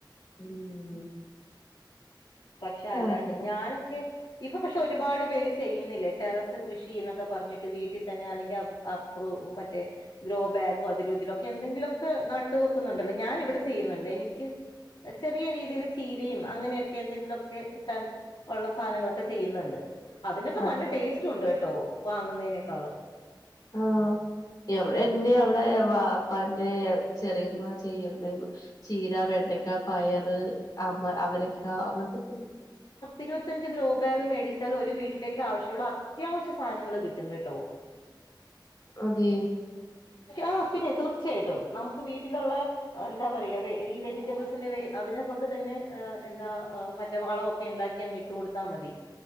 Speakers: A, on the left (about 50°); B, on the left (about 70°).
A: ഉം
B: പക്ഷെ അല്ലാണ്ട്
A: ആഹ്
B: ഞാനൊക്കെ ഇപ്പൊ പക്ഷെ ഒരുപാട് പേര് ചെയ്യുന്നില്ലേ ടെറസ് കൃഷി എന്നൊക്കെ പറഞ്ഞിട്ട് വീട്ടിതന്നെ അല്ലെങ്കി അപ്പ്റോ മറ്റേ ഗ്രോ ബാഗോ അതിലും ഇതിലോക്കെന്തെങ്കിലൊക്കെ നട്ട് വെക്കുന്നുണ്ടല്ലോ ഞാൻ ഇവിടെ ചെയ്യുന്നുണ്ട് എനിക്ക് ചെറിയ രീതില് ചീരയും അങ്ങനെയൊ ക്കെന്തെങ്കിലൊക്കെ കിട്ടാൻ ഉള്ള സാനങ്ങളൊക്കെ ചെയ്യുന്നുണ്ട് അതിനൊക്കെ
A: അതെ
B: നല്ല ടേസ്റ്റു ഉണ്ട് കെട്ടോ വാങ്ങുന്നതിനേക്കാളും
A: ആ എവിടെന്നെയവിടെ വാപ്പാന്റെ ചെറിയുമ്മ ചെയ്യ്ണ്ടായിരുന്നു ചീര വെണ്ട ണ്ടക്കാ പയറ് അമ അവരക്കാ അങ്ങനത്തെക്ക്ണ്ട്
B: ഇരുപത്തഞ്ച് ഗ്രോ ബാഗ് മേടിച്ചാൽ ഒരു വീട്ടിലേക്ക് ആവശ്യുള്ള അത്യാവശ്യ സാനങ്ങള് കിട്ടും കെട്ടോ <inaudible>
A: അതേ
B: ആ പിന്നെ തീർച്ചയായിട്ടും നമുക്ക് വീട്ടിലുള്ള എന്താപറയാ ഈ വെജിറ്റബിൾസിന്റെ വേ അതിനെ കൊ ണ്ട്തന്നെ എന്താ മറ്റേ വളം ഒക്കെ ഇണ്ടാക്കി അങ്ങിട്ട് കൊടുത്താ മതി